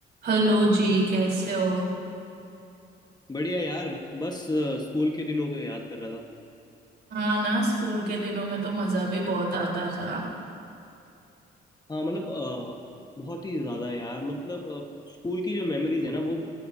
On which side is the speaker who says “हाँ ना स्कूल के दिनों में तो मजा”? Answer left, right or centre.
Right